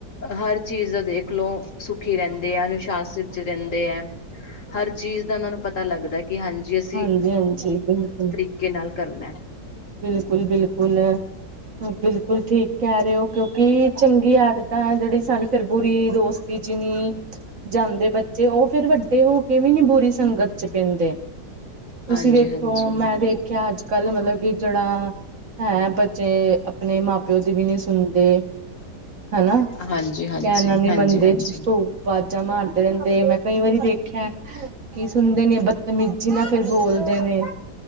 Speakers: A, on the left; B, on the right.
A: ਹਰ ਚੀਜ਼ ਦੇਖਲੋ ਸੁਖੀ ਰਹਿੰਦੇ ਆ, ਅਨੁਸ਼ਾਸਿਤ'ਚ ਰਹਿੰਦੇ ਐ। ਹਰ ਚੀਜ਼ ਦਾ ਉਹਨਾਂ ਨੂੰ ਪਤਾ ਲਗਦਾ, ਕਿ ਹਾਂਜੀ ਅਸੀ
B: ਹਾਂਜੀ ਹਾਂਜੀ ਬਿਲਕੁਲ
A: ਤਰੀਕੇ ਨਾਲ ਕਰਨਾ।
B: ਬਿਲਕੁਲ-ਬਿਲਕੁਲ, ਬਿਲਕੁਲ ਠੀਕ ਕਹਿ ਰਹੇ ਓ, ਕਿਉਂਕਿ ਚੰਗੀ ਆਦਤ ਤਾਂ ਜਿਹੜੀ ਸਾਨੂੰ ਫਿਰ, ਬੁਰੀ ਦੋਸਤੀ'ਚ ਨੀ ਜਾਂਦੇ ਬੱਚੇ ਉਹ ਫਿਰ ਵੱਡੇ ਹੋਕੇ ਵੀ ਨੀ ਬੁਰੀ ਸੰਗਤ'ਚ ਪੇਂਦੇ, ਤੁਸੀਂ
A: ਹਾਂਜੀ
B: ਵੇਖੋ,
A: ਹਾਂਜੀ
B: ਮੈਂ ਦੇਖ ਕਿਆ ਅੱਜ-ਕੱਲ ਮਤਲਬ ਕਿ ਜਿਹੜਾ, ਹੈ ਤੇ ਅਪਣੇ ਮਾਂ-ਪਿਓ ਦੀ ਵੀ ਨਹੀਂ ਸੁਣਦੇ। ਹਨਾ,
A: ਹਾਂਜੀ ਹਾਂਜੀ
B: ਕਹਿਣਾ ਨੀ
A: ਹਾਂਜੀ
B: ਮੰਨਦੇ,
A: ਹਾਂਜੀ
B: ਚੁਸਤ ਹੋ ਵਾਜਾਂ ਮਾਰਦੇ ਰਹਿੰਦੇ, ਮੈਂ ਕਈ ਵਾਰੀ ਦੇਖਿਆ ਕਿ ਸੁਣਦੇ ਨੀ ਐ, ਬਦਤਮੀਜੀ ਨਾਲ ਫਿਰ ਬੋਲਦੇ ਨੇ।